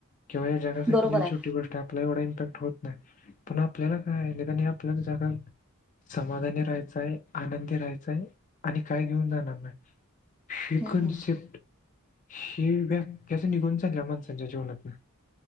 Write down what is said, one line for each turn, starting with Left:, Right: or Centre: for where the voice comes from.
Left: किंवा या जगासाठी
Centre: बरोबर
Left: लय
Centre: आहे
Left: छोटी गोष्ट आहे आपला एवढा इम्पॅक्ट होत नाही, पण आपल्याला काय निदान या आपल्या जगात समाधानी राहायचाय, आनंदी राहायचाय, आणि काय घेऊन जाणार नाही. हि
Centre: हम्म
Left: कनसेप्ट,
Centre: हम्म
Left: हि व्याक्याच निघून चालल्या माणसांच्या जीवनातून.